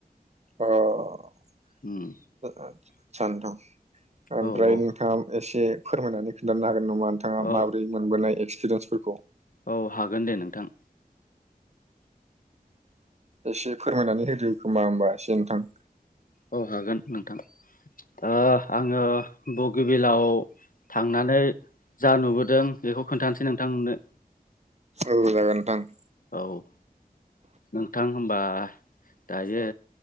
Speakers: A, on the right; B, on the left.
A: अह आ ओ
B: उम
A: ओ सा नोंथां ओमफ्राय
B: औ औ
A: आम एसे फोरमायनानै खोन्थानो हागोन नामा नोंथांङा
B: औ
A: माबोरै मोनबोनाय एक्सपिरियेन्सफोरखौ?
B: औ हागोन दे नोंथां।
A: एसे फोरमायनानै होदो खोमा होनोमबा एसे नोंथां
B: औ हागोन नोंथां ओ आंङो बगिबिलाव थांनानै जा नुबोदों बेखौ खोन्थानोसै नोंथां नोंनो
A: औ जागोन नोंथां।
B: औ नोंथां होमबा दायो